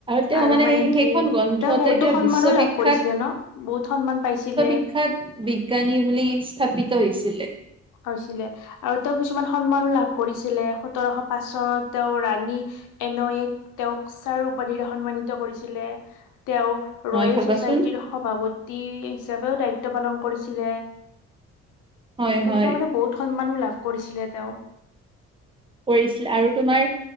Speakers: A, on the right; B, on the left.
A: তেওঁ
B: আৰু মানে
A: সেই সেইখন
B: কি
A: গ্ৰন্থতে
B: তেওঁ বহুতো
A: কিবা
B: সন্মানো
A: বিশ্ববিখ্যাত
B: লাভ কৰিছিলে ন বহুত সন্মান পাইছিলে
A: বিখ্যাত বিজ্ঞানী বুলি স্থাপিত হৈছিলে
B: হৈছিলে আৰু তেওঁ কিছুমান সন্মানো লাভ কৰিছিলে সোতৰশ পাঁচ চনত তেওঁ ৰাণী এনয়ে তেওঁক ছাৰ উপাধিৰে সন্মানিত কৰিছিলে তেওঁ
A: হয়
B: ৰয়েল
A: ভাবাচোন
B: ছচাইটিৰ সভাপতি হিচাপেও দায়িত্ব পালন কৰিছিল
A: হয়
B: তেনেকুৱা
A: হয়
B: মানে বহুত সন্ লাভ কৰিছিলে তেওঁ
A: কৰিছিল আৰু তোমাৰ